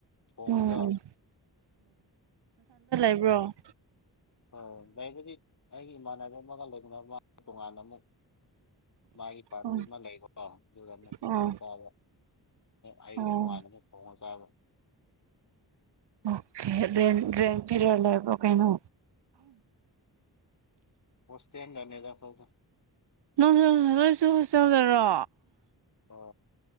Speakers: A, on the left; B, on the right.
A: ꯐꯉꯗꯣ
B: ꯎꯝ ꯎꯝ ꯕ꯭ꯔꯣ
A: ꯑꯣ ꯏꯒꯗꯤ ꯑꯩꯒꯤ ꯏꯃꯥꯟꯅꯕ ꯑꯃꯒ ꯂꯩꯅꯅ ꯃꯥ ꯇꯣꯉꯥꯟꯅ ꯑꯃꯨꯛ ꯃꯥꯒꯤ ꯄꯥꯔꯇꯤ
B: ꯑꯣ
A: ꯑꯃ ꯂꯩꯀꯣ ꯑꯗꯨꯒꯅ ꯄꯨꯟꯅ
B: ꯑꯣ
A: ꯇꯥꯕ ꯑꯩꯒꯤ
B: ꯑꯣ
A: ꯇꯣꯉꯥꯟꯅꯁꯦ ꯄꯣꯡꯉ ꯆꯥꯕ
B: ꯑꯣꯦ ꯐꯤ ꯂ ꯀꯩꯅꯣ
A: ꯍꯣꯁꯇꯦꯅꯤꯗ ꯊꯧ ꯊꯧ
B: ꯅꯣꯡꯖ ꯂꯣꯏꯁꯨ ꯍꯣꯁꯇꯦꯜꯗꯔꯣ
A: ꯑꯣ